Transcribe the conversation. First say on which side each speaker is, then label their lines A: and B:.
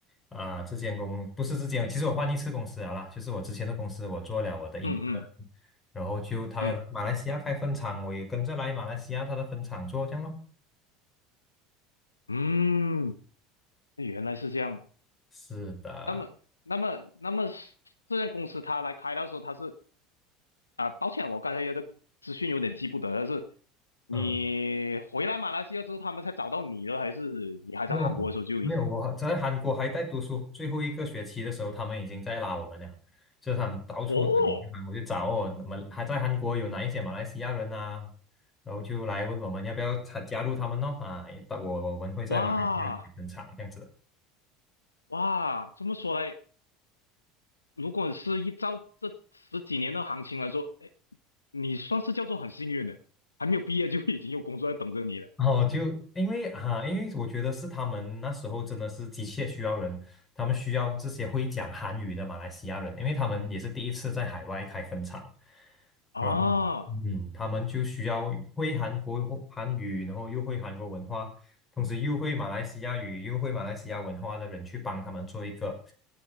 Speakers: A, on the left; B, on the left.
A: 啊、这间公不是这间，其实我换一次公司了啦，就是我之前的公司我做了我的 intern，
B: 嗯嗯
A: 然后就他马来西亚开分厂，
B: 嗯
A: 我也跟着来马来西亚他的分厂做这样咯。
B: 嗯，那原来是这样。
A: 是的，
B: 那么那么那么是这家公司他来开的时候，他是啊，抱歉，我刚才有的资讯有点记不得了，是你回来马来西亚之后，
A: 嗯。
B: 他们才找到你了，还是你还在韩国的时候就已经？
A: 哦，没有，我在韩国还在读书，最后一个学期的时候，他们已经在拉我们了，就是他们到处找
B: 哦，
A: 我就找哦，那么还在韩国有哪一些马来西亚人啊，然后就来问我们要不要参加入他们咯啊，也我我们会在马来西亚分厂这样子。
B: 哇哇，这么说来，如果是依照这十几年的行情来说，哎，你算是叫做很幸运的，还没有毕业就已经有工作在等着你了
A: 然后就因为啊，因为我觉得是他们那时候真的是急切需要人，他们需要这些会讲韩语的马来西亚人，因为他们也是第一次在海外开分厂，
B: 啊，
A: 嗯嗯，他们就需要会韩国韩语，然后又会韩国文化，同时又会马来西亚语，又会马来西亚文化的人去帮他们做一个，